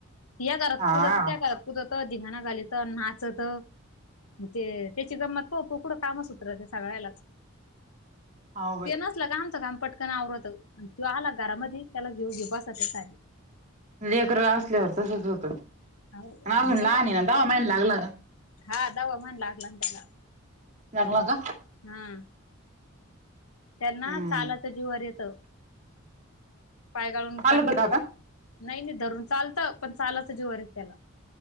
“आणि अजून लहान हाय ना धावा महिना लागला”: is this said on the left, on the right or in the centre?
Right